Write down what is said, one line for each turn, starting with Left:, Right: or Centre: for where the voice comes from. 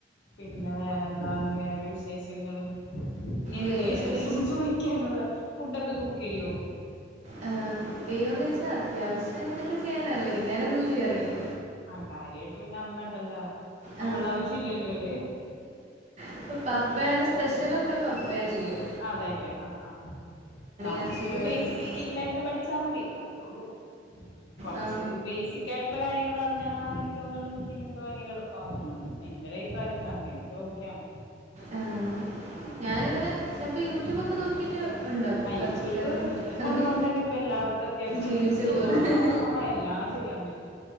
Left: പിന്നെ വേറെന്താണ് വേറെ വിശേഷങ്ങള്. ഇനി എന്ത്
Right: വേറെ
Left: വിശേഷാന്ന് ചോയ്ക്കാന്ള്ള്, ഫുഡൊക്കെ കുക്കെയ്യോ?
Right: ആ കുക്ക് ചെയ്യോന്നോയ്ച്ചാ അത്യാവശ്യം അങ്ങനൊക്കെ ചെയ്യാനറിയാം വല്ങ്ങനൊ ന്നും ചെയ്യാനറിയില്ല.
Left: ആഹ് ആഹ് കാര്യായ്ട്ട് പിന്നെ അമ്മണ്ടല്ലോ നമ്മളെ
Right: ആ,
Left: ആവശ്യം ഇല്ലല്ലോലേ.
Right: ഇപ്പ പപ്പയാണ് സ്പെഷ്യലൊക്കെ പപ്പയാ ചെയ്യാ
Left: അതെല്ലേ ആഹ് ആഹ് നമ്മുക്കൊരു
Right: ഇറച്ചിക്കറി
Left: ബേസിക്
Right: എന്നൊക്കെ.
Left: സ്കില്ലായിട്ട് പഠിച്ചാ മതി അത്രെ ഒള്ളൂ. കൊർച്ച്
Right: ആ,
Left: ബേസി ക്കായിട്ടുള്ള കാര്യങ്ങള് പർഞ്ഞാ എനിക്കോന്ന്ണ് കുക്കിങ്ങൊക്കെ ഭയങ്കര എളുപ്പാ തോന്നുണ് ണ്ട്എന്റൊ ഒര് അഭിപ്രായത്തിലാണ് എനി ചോയിക്കാണ്
Right: ആ,
Left: അങ്ങനൊക്കെ.
Right: ഞാനിങ്ങനെ ചിലപ്പോൾ യൂട്യൂബൊക്കെ
Left: ഉം
Right: നോക്കിയിട്ട് ഉണ്ടാക്കും
Left: ആഹ് യൂട്യൂബ്
Right: ഇറച്ചിക്കറി മുട്ടക്കറി
Left: ഉള്ളതോണ്ടന്നെ ഇപ്പം എല്ലാവർക്കും അത്യാവശ്യം
Right: ജീവിച്ചു
Left: എല്ലാ
Right: പോകുന്നത്
Left: എല്ലാം ചെയ്യാംപറ്റും